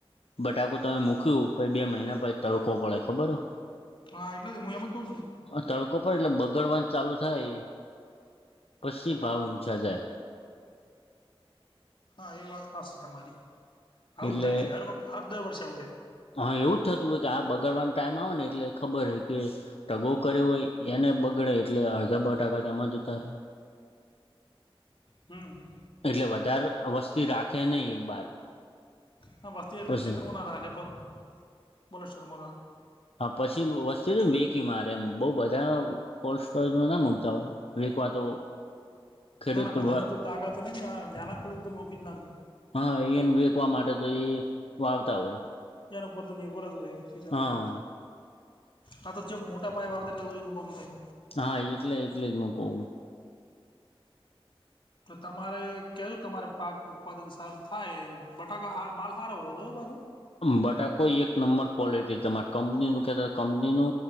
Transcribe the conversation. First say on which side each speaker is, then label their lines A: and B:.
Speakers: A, on the left; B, on the left.
A: બટાકું તમે મૂક્યું પ બે મહિના પછી તડકો પડે ખબર હો.
B: હા એટલે જ હું એમ જ કઉ છ ને
A: તડકો પર એટલે બગડવાંધ ચાલુ થાય પછી ભાવ ઊંચા જાય.
B: હા એ વાત હાસ છે તમારી
A: એટલે
B: આઉટ થાય છે હર વખત હા દર વર્ષે આવુંટ થાય.
A: હા એવું જ થતું હોય કે આ બગડવાનો ટાઈમ આવે ને એટલે ખબર હ કે ઢગો કર્યો હોય. એને બગડે એટલે અડધા બ ટાકા તેમાં જ ઉતારે
B: હમ્મ
A: એટલે વધારે વસ્તી રાખે નહિ એ બાર
B: હા વસ્તી એટલે
A: પછી
B: ખેતરમાં ના રાખે પણ બોલે શક રાખે
A: હા પછી વસ્તુ ને વેકી મારે એમ બહુ બધા કોલ્ડ સ્ટોરેજમાં ના મૂકતા હોય. વેકવા તો ખેડૂત
B: ના ના બધાની તો તાકાત છે ન નાના ખેડૂતો તો મોૂકી જ નાખ
A: હા એને વેકવા માટે તો એ વા આવતા હોય.
B: ત્યાન ઉપર તો નિર્ભર જ ભાઈ સીઝન
A: હા
B: ઉપર આ તો જે મોટા પાાય બાબ કેનમાઈ
A: હા એટલે એટલે જ મું કહુ
B: તમારે કજો તમારે પાક ઉત્પાદન સારુ થાય બટાકા માલ સાર હોો તો પાછો.
A: બટાકો એક નંબર પલિટી તમારે કંપનીનું કહેતા કંપનીનુ